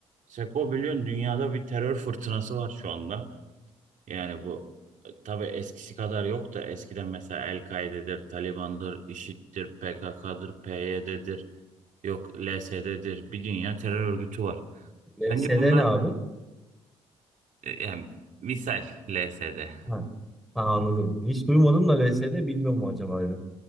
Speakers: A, on the right (about 60°); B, in the centre.
A: Seko biliyorsun dünyada bir terör fırtınası var şu anda. Yani bu tabii eskisi kadar yok da eskiden mesela El-Kaide'dir, Taliban'dır, IŞİD'dir, PKK'dır, PYD'dir, yok LSD'dir. Bir dünya terör örgütü var.
B: LSD
A: Sence bunlar
B: ne abi?
A: e, yani misal LSD
B: Ha, ha, anladım. Hiç duymadım da LSD bilmiyorum mu acaba dedim.